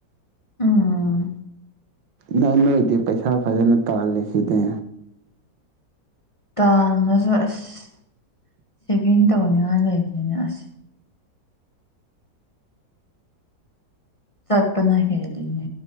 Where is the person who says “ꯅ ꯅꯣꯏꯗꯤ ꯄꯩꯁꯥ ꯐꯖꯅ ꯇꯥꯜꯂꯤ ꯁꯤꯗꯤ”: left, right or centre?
Right